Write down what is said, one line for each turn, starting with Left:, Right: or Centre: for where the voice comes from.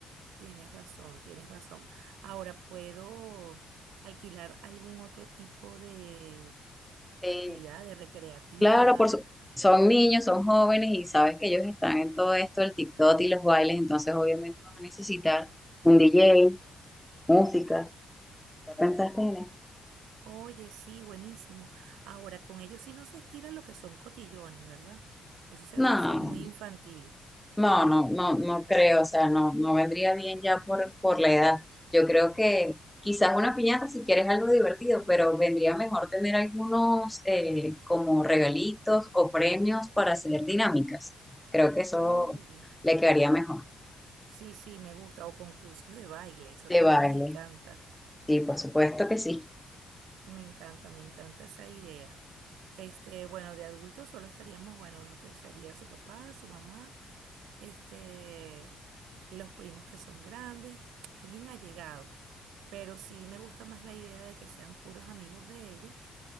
Right: Tienes razón, tienes razón. Ahora, ¿puedo alquilar algún otro tipo de
Centre: Eh,
Right: actividad, de recreativa?
Centre: Claro, por su- son niños, son jóvenes y sabes que ellos están en todo esto, el TikTok y los bailes, entonces obviamente vas a necesitar un DJ, música. ¿Ya pensaste en esto?
Right: Oye, sí, buenísimo. Ahora, con ellos sí no se estira lo que son cotillones, ¿verdad? Eso se
Centre: No,
Right: viese muy infantil.
Centre: no, no, no, no creo, o sea, no, no vendría bien ya por, por la edad. Yo creo que quizás una piñata si quieres algo divertido, pero vendría mejor tener algunos eh, como regalitos o premios para hacer dinámicas. Creo que eso
Right: Oye,
Centre: le quedaría mejor.
Right: sí, sí, me gusta. O concursos de baile, eso
Centre: De
Right: también
Centre: baile,
Right: les encanta.
Centre: sí, por supuesto que sí.
Right: Me encanta, me encanta esa idea. Este, bueno, de adultos solo estaríamos, bueno, lo que sería su papá, su mamá. este, los primos que son grandes, alguien ha llegado, pero sí me gusta más la idea de que sean puros amigos de ellas